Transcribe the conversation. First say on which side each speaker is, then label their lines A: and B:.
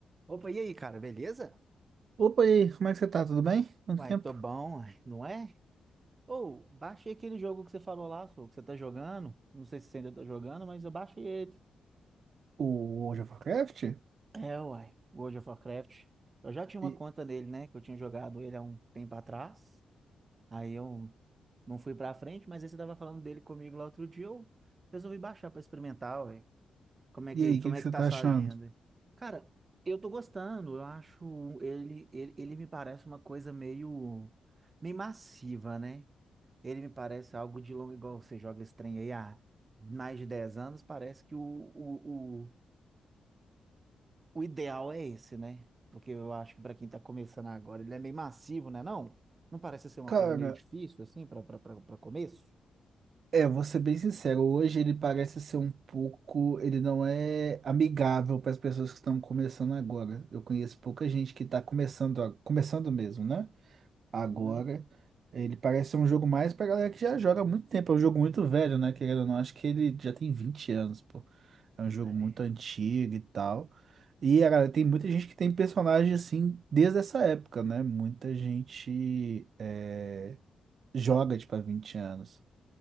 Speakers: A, on the right (about 30°); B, on the right (about 55°).
A: Opa, e aí, cara, beleza?
B: Opa, e aí, como é que você tá? Tudo bem? Quanto
A: Uai,
B: tempo?
A: tô bom, uai, não é? Ou, baixei aquele jogo que você falou lá, sô, que você tá jogando. Não sei se você ainda tá jogando, mas eu baixei ele.
B: O World of Warcraft?
A: É, uai, World of Warcraft. Eu já tinha uma
B: E,
A: conta nele, né? Que eu tinha jogado ele há um tempo atrás. Aí eu não fui pra frente, mas aí você tava falando dele comigo lá outro dia. Eu resolvi baixar pra experimentar, uai. Como é
B: e
A: que,
B: aí,
A: como
B: o que
A: é
B: que você
A: que tá
B: tá
A: a sua
B: achando?
A: agenda? Cara, eu tô gostando. Eu acho ele, ele, ele me parece uma coisa meio, meio massiva, né? Ele me parece algo de longo, igual você joga esse trem aí há mais de 10 anos, parece que o, o, o, o ideal é esse, né? Porque eu acho que para quem tá começando agora, ele é meio massivo, né? Não? Não parece ser uma
B: Cara,
A: coisa meio difícil, assim, para começo?
B: é, vou ser bem sincero, hoje ele parece ser um pouco. Ele não é amigável para as pessoas que estão começando agora. Eu conheço pouca gente que tá começando, a- começando mesmo, né? agora.
A: Uhum.
B: Ele parece ser um jogo mais pra galera que já joga há muito tempo. É um jogo muito velho, né? Querendo ou não, acho que ele já tem 20 anos, pô. É um jogo
A: É.
B: muito antigo e tal. E a galera, tem muita gente que tem personagem assim desde essa época, né? Muita gente é, joga, tipo, há 20 anos.